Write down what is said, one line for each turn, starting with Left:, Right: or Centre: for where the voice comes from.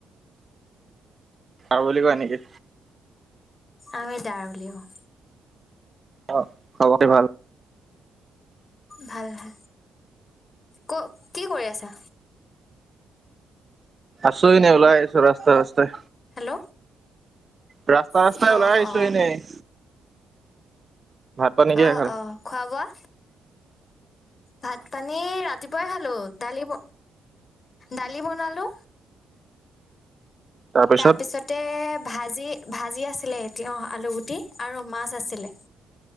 Right: ডাৰ বুলি কয় নেকি?
Left: আমি ডাৰ বুলিয়ে কওঁ।
Right: অ খবৰ খাতি ভাল?
Left: ভাল ভাল। ক কি কৰি আছা?
Right: আছোঁ এনেই ওলাই আহিছোঁ ৰাস্তা ৰাস্তাই।
Left: হেল্ল'।
Right: ৰাস্তা ৰাস্তাই
Left: অ
Right: ওলাই আহিছো
Left: অ
Right: এনেই। ভাত পানী কিহে
Left: অ
Right: খালে?
Left: অ খোৱা বোৱা ভাত পানী ৰাতিপুৱাই খালোঁ। দালি ব দালি বনালো।
Right: তাৰপিছত
Left: তাৰপিছতে। ভাজি ভাজি আছিলে, তিয়হ আলুগুটি আৰু মাছ আছিলে।